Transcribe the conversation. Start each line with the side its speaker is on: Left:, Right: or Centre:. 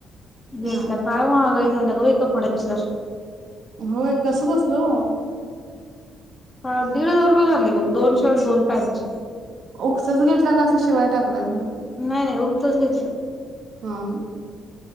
Left: घेतलं
Right: हम्म
Left: काय महागा <unintelligible>
Right: होय कसं बसलो
Left: हा दीड हजार रुपये झाले ब दोन शर्ट दोन पॅनटचे
Right: उकसच घेतला कासां शिवाय टाकला घेऊन.
Left: नाही नाही उगतच घेतलं.
Right: हा हा.